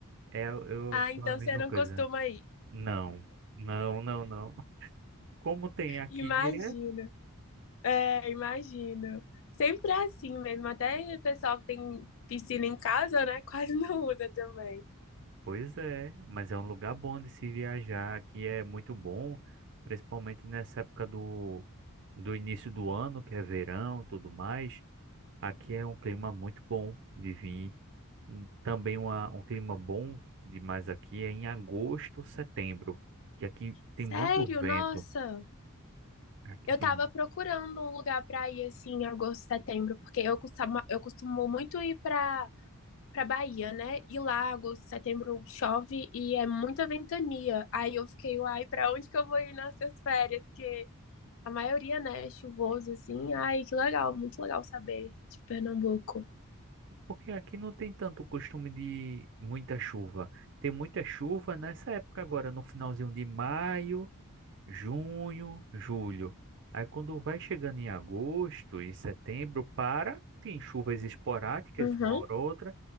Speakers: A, on the right; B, on the left.
A: É, eu
B: Ah, então
A: sou a mesma
B: você não
A: coisa.
B: costuma ir.
A: Não, não, não, não. Como tem aqui
B: Imagino.
A: direto
B: É, imagino. Sempre é assim mesmo. Até o pessoal que tem piscina em casa, né? <laughs> Quase não usa também.
A: Pois é, mas é um lugar bom de se viajar, aqui é muito bom, principalmente nessa época do, do início do ano, que é verão, tudo mais. Aqui é um clima muito bom de vir. Hum, Também uma, um clima bom demais aqui é em agosto, setembro, que aqui tem
B: Sério?
A: muito vento.
B: Nossa.
A: Aqui
B: Eu
A: tem,
B: tava procurando um lugar pra ir assim em agosto, setembro, porque eu costumo, eu costumo muito ir pra, pra Bahia, né? E lá, agosto, setembro, chove e é muita ventania. Aí eu fiquei, uai, pra onde que eu vou ir nessas férias? Que A maioria, né, é chuvoso, assim. Ai, que legal, muito legal saber de Pernambuco.
A: porque aqui não tem tanto costume de muita chuva. Tem muita chuva nessa época agora, no finalzinho de maio junho, julho. Aí quando vai chegando em agosto e setembro, para, tem chuvas esporádicas,
B: Uhum.
A: uma hora ou outra,